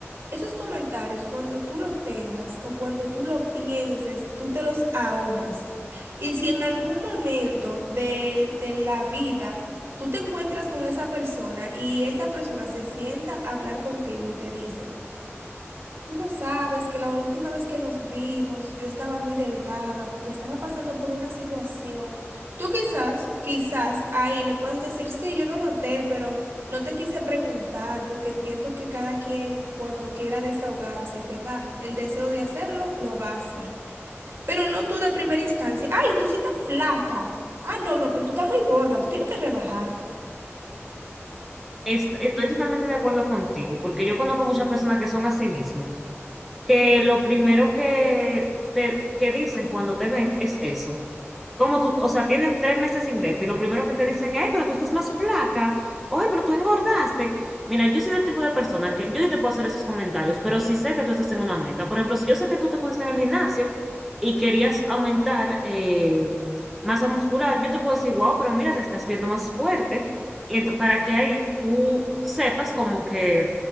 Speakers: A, on the right; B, in the centre.
A: Esos comentarios, cuando tú lo tengas o cuando tú lo pienses, tú te los ahorras. Y si en algún momento del- de, la vida tú te encuentras con esa persona y esa persona se sienta a hablar contigo y te dice, Tú no sabes que la última vez que nos vimos yo estaba muy delgada porque estaba pasando por una situación. Tú quizás, quizás ahí le puedas decir, sí, yo lo noté, pero no te quise preguntar porque entiendo que cada quien cuando quiera desahogarse y tenga el deseo de hacerlo, lo va a hacer. Pero no tú de primera instancia, ay, tú sí estás flaca. Ah, no, no, pero tú estás muy gorda, tú tienes que rebajar.
B: est- estoy totalmente de acuerdo contigo, porque yo conozco muchas personas que son así mismas, que lo primero que te que dicen cuando te ven es eso. Como tú, o sea, tienen tres meses sin verte y lo primero que te dicen es, ay, pero tú estás más flaca, ay, pero tú engordaste. Mira, yo soy del tipo de persona que yo sí te puedo hacer esos comentarios, pero si sé que tú estás en una meta. Por ejemplo, si yo sé que tú te pusiste en el gimnasio y querías aumentar eh, masa muscular, yo te puedo decir, wow, pero mira, te estás viendo más fuerte ento- para que ahí tú sepas como que,